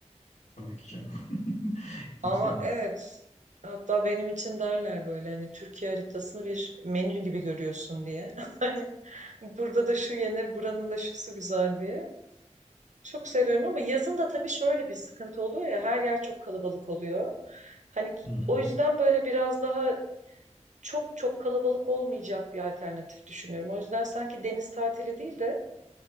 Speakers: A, on the left; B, on the right.
A: Tabii ki canım. <laughs> Kimse
B: Ama
A: yemez.
B: evet hatta benim için derler böyle hani Türkiye haritasını bir menü gibi görüyorsun diye. <laughs> Hani burada da şu yenir buranın da şusu güzel diye. Çok seviyorum ama yazın da tabii şöyle bir sıkıntı oluyor ya her yer çok kalabalık oluyor. Hani
A: Hı hı.
B: o yüzden böyle biraz daha çok çok kalabalık olmayacak bir alternatif düşünüyorum. O yüzden sanki deniz tatili değil de